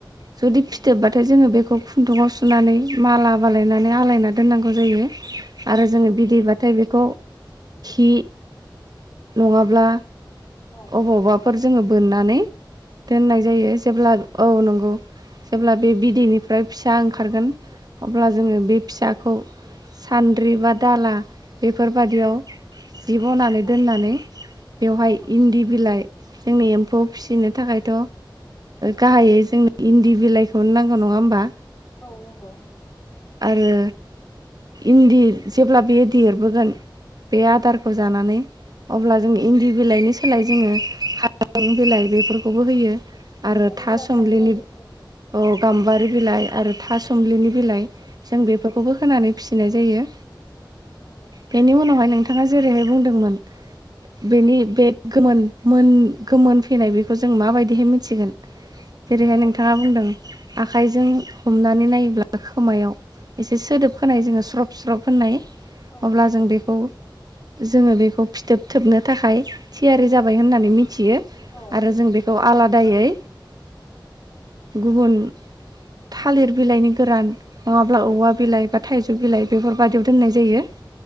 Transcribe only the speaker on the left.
नंगौ
औ
नंगौ
औ
नंगौ
औ
नंगौ
औ
औ नंगौ नंगौ
औ
आरुं
गाम्बारियारि औ
नंगौ
नंगौ
औ
औ
औ
नंगौ
औ
नंगौ
औ
औ